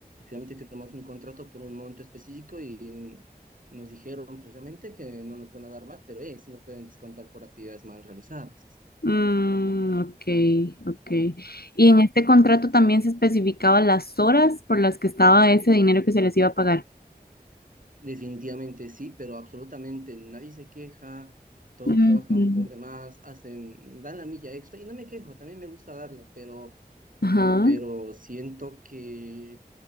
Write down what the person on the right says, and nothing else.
finalmente firmamos un contrato por un monto específico y nos dijeron precisamente que no nos van a dar más, pero eh, sí nos pueden descontar por actividades mal realizadas.
Definitivamente sí, pero absolutamente nadie se queja, todos
trabajan por demás, hacen, dan la milla extra y no me quejo, también me gusta darla, pero,
pero siento que,